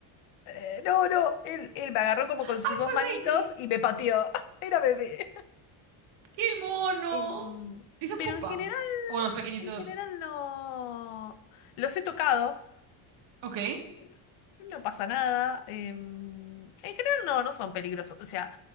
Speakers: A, on the left; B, on the right.
A: eh, no, no, él, él me agarró como con
B: ¡Ay,
A: sus dos
B: fue
A: manitos
B: el baby!
A: y me pateó. <laughs> Era bebé.
B: ¡Qué mono!
A: Em,
B: Dice
A: pero
B: pupa.
A: en general,
B: O los pequeñitos.
A: en general no. Los he tocado.
B: Ok.
A: eh, No pasa nada. em, en general no, no son peligrosos. O sea,